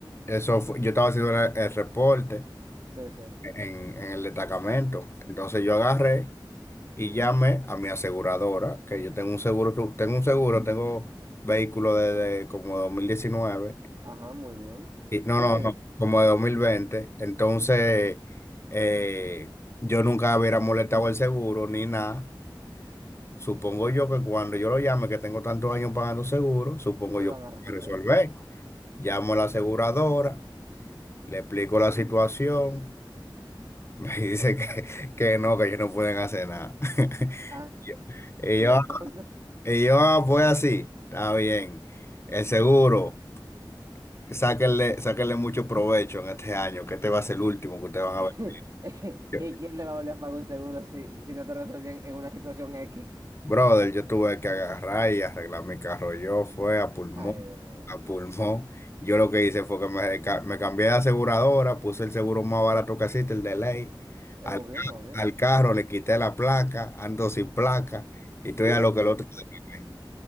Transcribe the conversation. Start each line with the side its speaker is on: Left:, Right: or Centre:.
Left: eso fue- yo estaba haciendo el, el reporte
Right: Sí, sí.
Left: en, en el destacamento. Entonces yo agarré. y llamé a mi aseguradora, que yo tengo un seguro, que- tengo un seguro, tengo vehículo desde como 2019
Right: Ajá, muy bien.
Left: y, no,
Right: Un
Left: no,
Right: civil.
Left: no, como de dos mil veinte entonces eh, yo nunca hubiera molestado el seguro ni nada. Supongo yo que cuando yo lo llame, que tengo tantos años pagando seguro, supongo
Right: Te
Left: yo
Right: van a resolver.
Left: que resolver. Llamo a la aseguradora, le explico la situación, <laughs> me dice que, que no, que ellos no pueden hacer nada. <laughs>
Right: Ah.
Left: Y
Right: Y
Left: yo,
Right: entonces,
Left: Y yo, ah, pues así, está bien. El seguro, sáquenle, sáquenle mucho provecho en este año, que este va a ser el último que ustedes van
Right: <laughs> ¿y
Left: a ver. Yo,
Right: quién le va a volver a pagar un seguro si, si no te resuelven en una situación X?
Left: brother, yo tuve que agarrar y arreglar mi carro. Yo fue a pulmón,
Right: Ay, Dios mío.
Left: a pulmón. Yo lo que hice fue que me, ca- me cambié de aseguradora, puse el seguro más barato que existe, el de ley.
Right: Es
Left: Al,
Right: obvio,
Left: ca-
Right: obvio.
Left: al carro le quité la placa, ando sin placa, y estoy a lo que el otro se quede.